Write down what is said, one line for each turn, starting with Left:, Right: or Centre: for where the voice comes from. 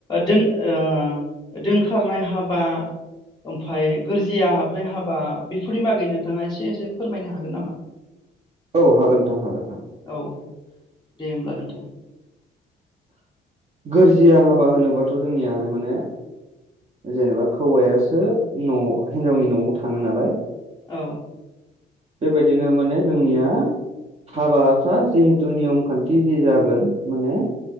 Left: दोनखारनाय हाबा ओमफ्राय गोरजिया हाबनाय हाबा बेफोरनि बागै नोंथाङा एसे एसे फोरमायनो हागोन नामा?
Right: औ हागोनथां हागोन हागोन।
Left: औ दे होमब्ला नोंथां
Right: गोरजिया हाबा होनोबाथ जोंनियाहाय माने जेनेबा हौवायासो न हिनजावनि नआव थाङो नालाय
Left: औ।
Right: बेबायदिनो माने जोंनिया हाबाफ्रा जिहेतु नियम खान्थि जि जागोन माने